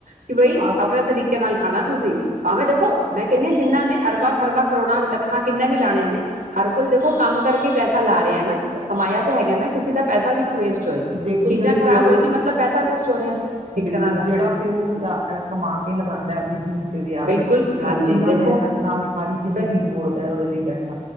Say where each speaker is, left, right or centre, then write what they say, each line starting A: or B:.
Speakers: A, on the right; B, on the right.
A: ਕਿ ਬਈ
B: ਆਸ਼
A: ਆਪਣਾ ਤਰੀਕਾ ਨਾਲ ਖਾਣਾ ਤੁਸੀਂ ਭਾਵੇਂ ਦੇਖੋ ਮੈਂ ਕਹਿੰਦੀ ਜਿਹਨ੍ਹਾਂ ਨੇ ਅਰਬਾਂ ਖਰਬਾ ਕਰੋੜਾਂ ਲੱਖਾਂ ਕਿੰਨੇ ਵੀ ਲਾਣੇ ਨੇ ਹਰ ਕੋਈ ਦੇਖੋ ਕੰਮ ਕਰਕੇ ਪੈਸੇ ਲਾ ਰਿਹਾ ਨਾ ਕਮਾਇਆ ਹੈਗਾ ਨਾ ਕਿਸੇ ਦਾ ਪੈਸਾ ਵੀ ਕਿਉਂ ਵੇਸਟ ਹੋਏ
B: ਦੇਖੋ
A: ਚੀਜ਼ਾਂ
B: ਜਿਹੜੇ
A: ਖ਼ਰਾਬ
B: ਪਿਓ
A: ਹੋਏਗੀ ਮਤਲਬ ਪੈਸਾ ਵੇਸਟ ਹੋ ਰਿਹਾ ਇੱਕ
B: ਬਿਲਕੁਲ
A: ਤਰ੍ਹਾਂ ਦਾ
B: ਜਿਹੜਾ ਪਿਓ ਲਾ ਕਮਾ ਕੇ ਲਗਾਉਂਦਾ ਵਿਧ। ਵਿਆਹ
A: ਬਿਲਕੁਲ
B: ਤੇ ਉਹ
A: ਹਾਂਜੀ
B: ਕਿੰਨਾ
A: ਦੇਖੋ
B: ਮਿਹਨਤ ਨਾਲ ਸਾਰੀ ਜ਼ਿੰਦਗੀ
A: ਫਿਰ
B: ਜੋੜਦਾ ਉਹਦੇ ਲਈ। ਵੈਸਾ।